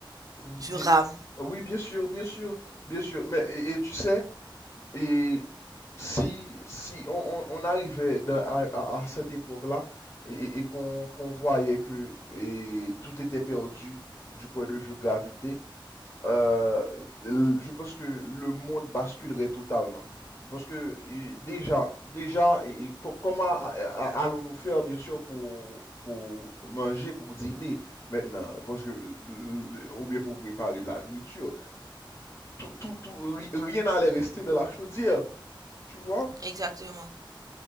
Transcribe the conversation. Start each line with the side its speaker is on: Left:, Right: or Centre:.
Left: Bien-
Right: Je rame.
Left: Oui, bien sûr, bien sûr, bien sûr. Mais et, et tu sais, et si si on, on, on arrivait dans- à, à- à cette époque-là et, et- et qu'on qu'on voyait que et tout était perdu du point de vue gravité. euh, l- je pense que le monde basculerait totalement. Parce que euh, déjà, déjà, et- et co- comment a- a- allons-nous faire, bien sûr, pour, pour manger, pour dîner maintenant, parce que, l- ou bien pour préparer de la nourriture. Tout, tout, tout- ri- rien n'allait rester de la chaudière, tu vois?
Right: Exactement.